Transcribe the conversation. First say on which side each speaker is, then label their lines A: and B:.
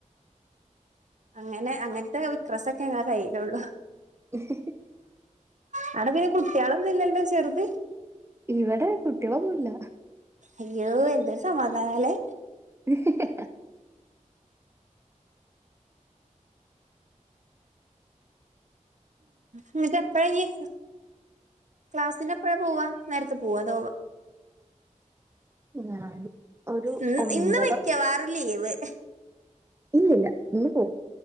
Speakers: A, on the right (about 65°); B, on the right (about 20°).
A: അങ്ങനെ അങ്ങനത്തെ വിക്രസൊക്കെ ഞങ്ങടെ കയ്യിലുള്ളു
B: ഈ ഹഹ
A: അവിടെ പിന്നെ കുട്ടികളൊന്നും ഇല്ലല്ലോ ചെറുത്
B: ഇവിടെ കുട്ടികളൊന്നും ഇല്ല
A: അയ്യോ എന്തൊരു സമാധാനം അല്ലേ
B: ഹ്ഹ്
A: എന്നിട്ട എപ്പഴാ ഇയ്യ് ക്ലാസ്സിന് എപ്പഴാ പോവാ നേരത്തെ പോവാ അതോ
B: ഞാൻ ഒരു
A: ഉം
B: ഒമ്പത്
A: ഇന്ന് മിക്കവാറും ലീവ്
B: ഇല്ലില്ല ഇന്ന് പോവും